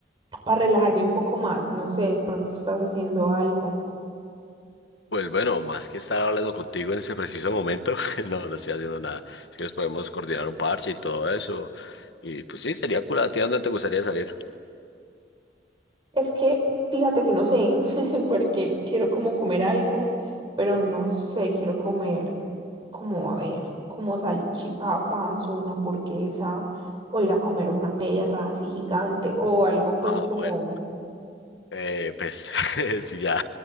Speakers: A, on the right (about 30°); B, on the left (about 85°).
A: para relajarme un poco más, no sé, de pronto estás haciendo algo.
B: Pues bueno, más que estar hablando contigo en este preciso momento, <laughs> no, no estoy haciendo nada. Si quieres podemos coordinar un parche y todo eso. Y pues sí, sería cool, ¿a ti a dónde te gustaría salir?
A: Es que, fíjate que no sé, <laughs> porque quiero como comer algo, pero no sé, quiero comer como, a ver, como salchipapas o una hamburguesa, o ir a comer una perra así gigante, o algo pues
B: Ah,
A: como
B: bueno. Eh, pues <laughs> si ya,